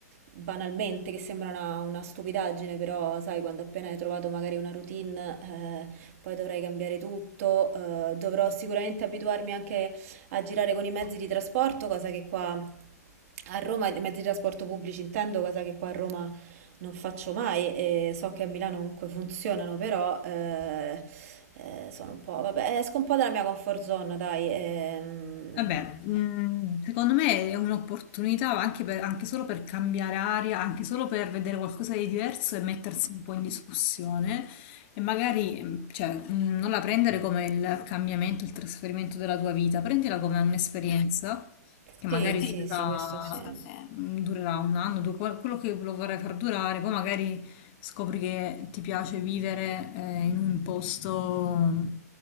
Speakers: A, on the right; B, on the left.
A: banalmente, che sembra una, una stupidaggine, però, sai, quando appena hai trovato magari una routine, eh, poi dovrai cambiare tutto, eh, dovrò sicuramente abituarmi anche a girare con i mezzi di trasporto, cosa che qua a Roma, i mezzi di trasporto pubblici intendo, cosa che qua a Roma non faccio mai e so che a Milano comunque funzionano, però eh, eh, sono un po', vabbè, esco un po' dalla mia comfort zone, dai. ehm.
B: Vabbè, mm, secondo me è un'opportunità anche, per- anche solo per cambiare aria, anche solo per vedere qualcosa di diverso e mettersi un po' in discussione e magari mm, cioè, mm, non la prendere come il cambiamento, il trasferimento della tua vita, prendila come un'esperienza che
A: sì,
B: magari
A: sì,
B: durerà,
A: sì, questo sì.
B: questo mm, durerà un anno, due- quello che lo vorrai far durare, poi magari scopri che ti piace vivere eh, in un posto